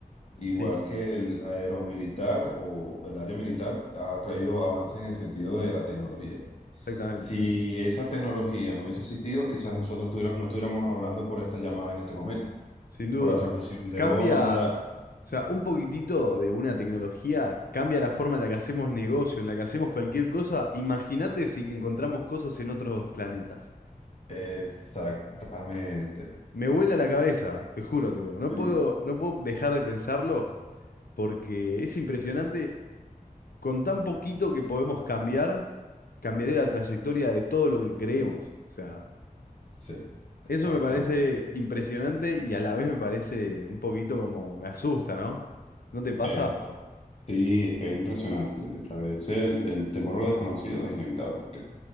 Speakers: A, on the left; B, on the left.
A: igual
B: Sí,
A: que el aeromilitar o el área militar, ha traído avances en el sentido de la tecnología.
B: exactamente.
A: Si esa tecnología no hubiese existido, quizás nosotros tuviera- no estuviéramos hablando por esta llamada en este momento,
B: Sin duda.
A: por la transmisión de
B: Cambia,
A: onda.
B: o sea,
A: Sí.
B: un poquitito de una tecnología cambia la forma en la que hacemos negocio, en la que hacemos cualquier cosa. Imagínate si encontramos cosas en otros planetas.
A: Exactamente.
B: Me vuela la cabeza, te juro, tipo,
A: Sí,
B: no puedo, no puedo dejar de pensarlo porque es impresionante Con tan poquito que podemos cambiar, cambiaré la trayectoria de todo lo que creemos. O sea,
A: sí,
B: eso
A: exacta.
B: me parece impresionante y a la vez me parece un poquito como me asusta, ¿no? ¿No te pasa?
A: Eh, no. sí, es que es impresionante. A veces el, el temor a lo desconocido es inevitable, porque